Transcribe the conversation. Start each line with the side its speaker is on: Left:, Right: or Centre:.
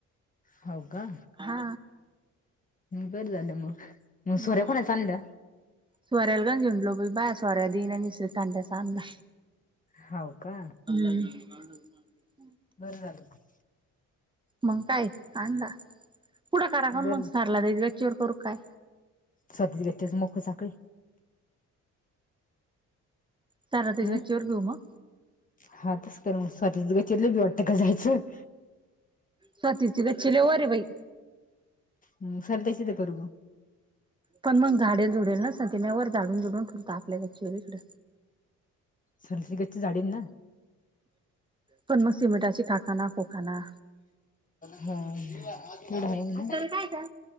Left: हाव का
Right: हा
Left: बरं झालं मग. सोऱ्या
Right: मग
Left: कोणाचा आणला?
Right: सोऱ्याला गंज हिंडलो बा सोऱ्या देईना आणि श्रीकांत्याचा आणला.
Left: हाव का.
Right: हम्म.
Left: बरं झाले ते.
Right: मंग काय आणला पुढं कारा खाऊन
Left: बरं
Right: मंग सारला त्याच्या गच्चीवर करू काय?
Left: सदली घेतेस मोकळी साकळी.
Right: तारा ते
Left: हं
Right: गच्चीवर घेऊ मग?
Left: हा तसं कर मग स्वातीच्या गच्चीवर लय <unintelligible> वाटते काय जायचं.
Right: स्वातीची गच्ची लय वर आहे बाई.
Left: मग सरत्याची तर करू मग
Right: पण मग झाडेल जुडेल नस चन तिनं वर झाडून जुडून ठेवलता आपल्या गच्चीवर इकडं.
Left: सुनिची गच्ची झाडीन ना.
Right: पण मग सिमेंटाची खकाना खुकांना
Left: हा पुढं हायन ना.
Right: काय का